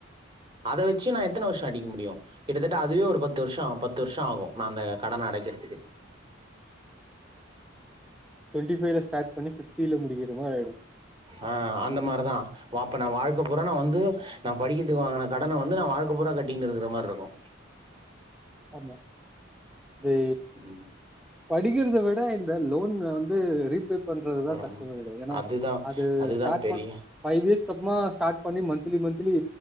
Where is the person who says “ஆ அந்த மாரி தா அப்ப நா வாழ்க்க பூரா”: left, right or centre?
Right